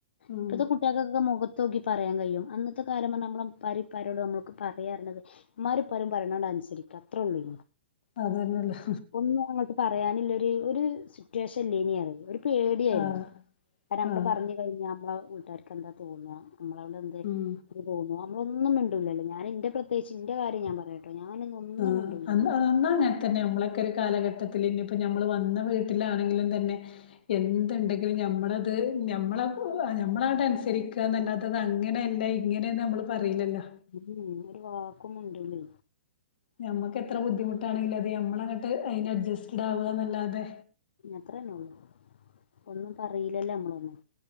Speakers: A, on the left; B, on the left.
A: ഉം
B: ഇപ്പത്തെ കുട്ടികൾക്കൊക്കെ മൊഖ ത്തോക്കി പറയാൻ കഴിയും അന്നത്തെ കാലം പറഞ്ഞാൽ നമ്മളപ്പരിപ്പാരേ ഉള്ളൂ നമ്മൾക് പറയാ പറഞ്ഞത് ഉമ്മാരും ഇപ്പാരും പറയണത് അനുസരിക്ക അത്രേയള്ളൂ
A: അതന്നെയ ഒള്ളു
B: ഒന്നും അങ്ങട്ട് പറയാനില്ല ഒരു ഒരു സിറ്റുവേഷൻ ഇല്ലേയിനി പറി പേടിയായിരുന്നു
A: ആഹ്
B: കാരണം നമ്മള്
A: ആഹ്
B: പറഞ്ഞ കഴിഞ്ഞ നമ്മളെ വീട്ടുകാർക്ക് എന്താ തോന്നുകാ നമ്മളോട് എന്ത്
A: ഉം
B: ത് തോന്നുണു നമ്മളൊന്നും മിണ്ടില്ലല്ലോ ഞാന്റെ പ്രത്യേകിച്ച് എന്റെ കാര്യം ഞാൻ പറയാം ഞാനൊന്നും ഒന്നും
A: ആഹ്
B: മിണ്ടൂലേനി
A: അന്നാ അന്ന് അങ്ങനെ തന്നെയാ നമ്മളൊക്കെ ഒരു കാലഘട്ടത്തില് ഇനിയിപ്പോ നമ്മള് വന്ന വീട്ടിലാണെങ്കിലും തന്നെ എന്തുണ്ടെങ്കിലും ഞമ്മളത് നമ്മള നമ്മളടെ അനുസരിക്കാ എന്നല്ലാതെ അത് അങ്ങനെയല്ല ഇങ്ങനെയാ നമ്മള് പറയില്ലല്ലോ
B: ഉം ഒരു വാക്കും മുണ്ടൂലേ
A: ഞമ്മക്ക് എത്ര ബുദ്ധിമുട്ടാണെങ്കിലും അത് നമ്മളങ്ങട്ട് അതിന് അഡ്ജസ്റ്റഡ് ആവ എന്നല്ലാതെ
B: അത്രേന്നേ ഉള്ളൂ ഒന്നും പറയില്ലല്ലേ നമ്മളൊന്നും